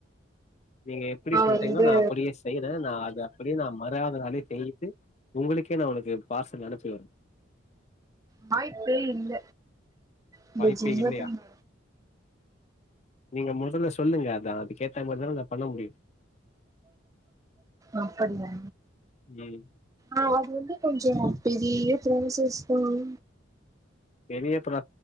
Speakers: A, on the left (about 35°); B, on the right (about 15°).
A: நீங்க எப்டி சொல்டீங்ளோ
B: வந்து
A: நா அப்டியே செய்யற நா அது அப்டியே நா மறாதுனாலே செய்து உங்களுக்கே நா <unintelligible> பார்சல் அனுப்பிவிட்ற
B: வாய்ப்பே இல்ல இந்த
A: வாய்ப்பே
B: ஜென்மத்துல
A: இல்லையா
B: நடக்காது
A: நீங்க முதல்ல சொல்லுங்க அது அதுக்கேத்த மாரிதான நா பண்ண முடியும்
B: அப்படியா
A: ம்
B: ஆ ஆ <unintelligible> கொஞ்சம் பெரிய புராசஸசு தான்
A: பெரிய புரா